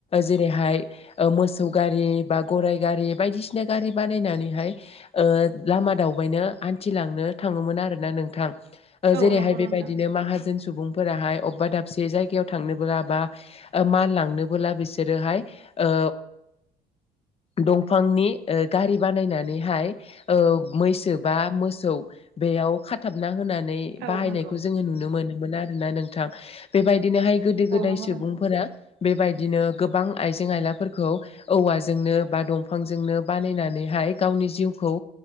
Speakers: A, on the left; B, on the right.
A: जेरैहाय मोसौ गारि बा गराइ गारि बायदिसिना गारि बानायनानैहाय लामा दावबायनो हानथिलांनो थाङोमोन आरोना नोंथां। ओ
B: औ
A: जेरैहाय
B: नंगौ
A: बेबायदिनो
B: नोंथां
A: माहाजोन सुबुंफोराहाय अबेबा दाबसे जायगायाव थांनोबो बा मान लांनोबोला बिसोरो हाय ओ
B: <inaudible>
A: दंफांनि गारि बानायनानैहाय ओ मैसो बा मोसौ बे बेयाव खाथाबना होनानै
B: औ
A: बाहायनायखौ
B: नंगौ
A: जोंङो नुनो मोनोमोन आरोना नोंथां। बेबाय दिनोहाय गोदो गोदाय
B: औ नंगौ
A: सुबुंफोरा
B: नोंथां
A: बेबायदिनो गोबां आइजें आइलाफोरखौ औवाजोंनो बा दंफांजोंनो बानायनानैहाय गावनि जिउखौ